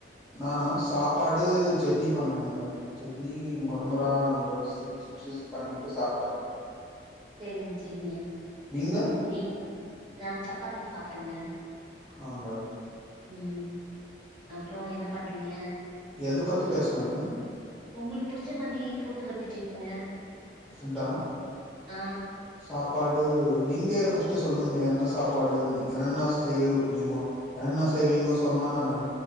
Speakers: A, in the centre; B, on the right.
A: நானா சாப்பாடு சட்னி பண்ணங்க சட்னி <unintelligible> பண்ணிட்டு சாப்ட்டங்க
B: சேரிங்க சேரிங்க
A: நீங்க
B: ம் நீ நா சப்பாத்தி சாப்டங்க
A: ஆ ங்க
B: ம் அப்றம் என்ன பண்றீங்க
A: எது பத்தி பேசுனாங்க
B: உங்களுக்கு புடிச்ச <unintelligible> ஃபுட்டு பத்தி பேசுங்க
A: ஃபுட்டா
B: ஆ
A: சாப்பா டு நீங்கே ஃபஸ்ட்டு சொல்லுங்க என்ன சாப்பாடு எனனென்ன செய்வ் நீங்க என்னென்ன செய்வீங்கோ சொன்னா நா